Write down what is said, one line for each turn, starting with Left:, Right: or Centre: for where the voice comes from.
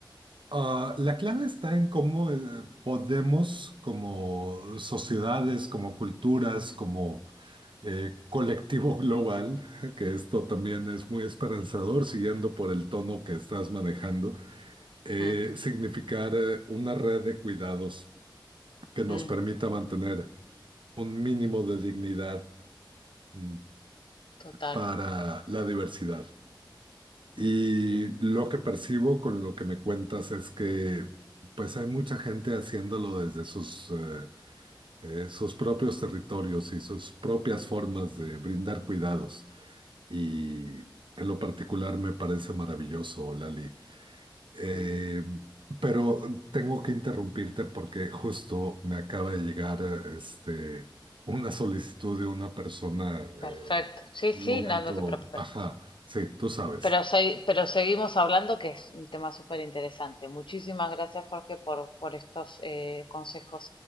Right: ah, la clave está en cómo eh, podemos, como sociedades, como culturas, como eh, colectivo global, <laughs> que esto también es muy esperanzador, siguiendo por el tono que estás manejando, eh,
Left: Mm,
Right: significar eh, una red de cuidados que nos
Left: mm,
Right: permita mantener un mínimo de dignidad mm,
Left: total.
Right: para la diversidad. Y
Left: Mm,
Right: lo que percibo con lo que me cuentas es que pues hay mucha gente haciéndolo desde sus, eh, eh, sus propios territorios y sus propias formas de brindar cuidados. Y en lo particular me parece maravilloso, Lali. Eh,
Left: mm.
Right: pero tengo que interrumpirte porque justo me acaba de llegar eh, este, una solicitud de una persona eh,
Left: perfecto.
Right: en
Left: Sí,
Right: un
Left: sí,
Right: momento,
Left: no, no te preocupes.
Right: ajá, sí, tú sabes.
Left: Pero, se- pero seguimos hablando, que es un tema súper interesante. Muchísimas gracias, Jorge, por, por estos eh, consejos.